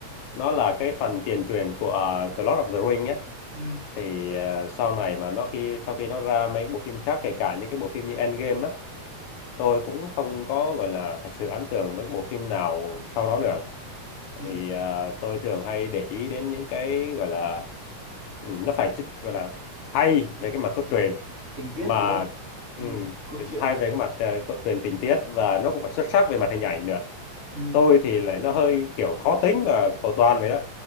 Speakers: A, on the left; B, on the right.
A: nó là cái phần tiền truyện của ờ, The Lord of the Ring á
B: ừ
A: thì ờ, sau này mà nó khi sau khi nó ra mấy cái bộ phim khác kể cả những cái bộ phim như Endgame á tôi cũng không có gọi là thật sự ấn tượng với cái bộ phim nào sau đó nữa Tại
B: ừ
A: vì à, tôi thường hay để ý đến những cái gọi là ừ, nó phải chích- gọi là hay
B: tình
A: về cái mặt cốt
B: tình
A: truyện
B: tình tiết
A: mà
B: đúng không ừ
A: ừ,
B: câu
A: tình-
B: chuyện
A: hay về cái mặt ờ, cốt truyện tình tiết và nó cũng phải xuất sắc về mặt hình ảnh nữa
B: ừ
A: tôi thì lại nó hơi kiểu khó tính và cầu toàn vậy đó